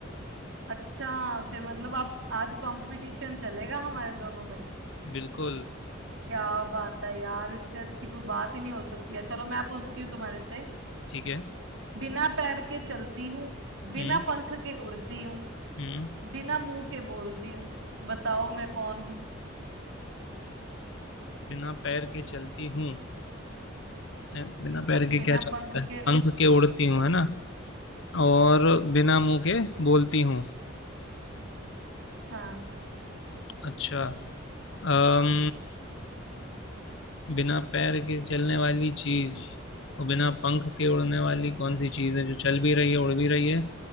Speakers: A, on the right; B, on the left.
A: अच्छा फिर मतलब आप आज कंपटीशन चलेगा हमारे दोनों में
B: बिल्कुल
A: क्या बात है यार इससे अच्छी कोई बात ही नहीं हो सकती है चलो मैं पूछती हूँ तुम्हारे से
B: ठीक है
A: बिना पैर के चलती हूँ बिना
B: हम्म
A: पंख के उड़ती हूँ
B: हम्म
A: बिना मुंह के बोलती हूँ बताओ मैं कौन हूँ
B: बिना पैर के चलती हूँ अ, बिना पैर के
A: बिना
B: क्या चलता
A: पंख के
B: है पंख के उड़ती हूँ है ना और बिना मुंह के बोलती हूँ
A: हाँ
B: अच्छा अम बिना पैर के चलने वाली चीज और बिना पंख के उड़ने वाली कौन सी चीज है जो चल भी रही है उड़ भी रही है